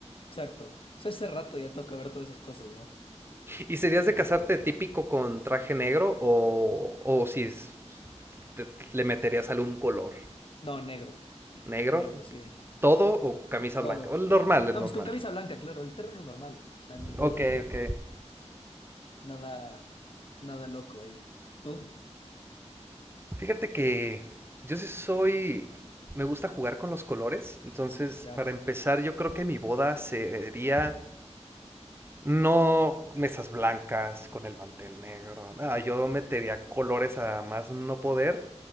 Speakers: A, on the left; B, on the right.
A: Exacto. O sea, ese rato ya toca ver todas esas cosas, ¿no?
B: ¿Y serías de casarte típico con traje negro o, o si es- te- le meterías algún color?
A: No, negro.
B: ¿Negro?
A: Negro, sí.
B: ¿Todo o camisa
A: Todo.
B: blanca? O El normal,
A: No,
B: el
A: pues
B: normal.
A: con camisa blanca, claro, el terreno normal. O sea, ningún.
B: Ok, ok.
A: Nada. Nada loco ahí. ¿Tú?
B: Fíjate que yo sí soy... Me gusta jugar con los colores. Entonces,
A: Ya.
B: para empezar, yo creo que mi boda sería... No mesas blancas con el mantel negro. No, yo metería colores a más no poder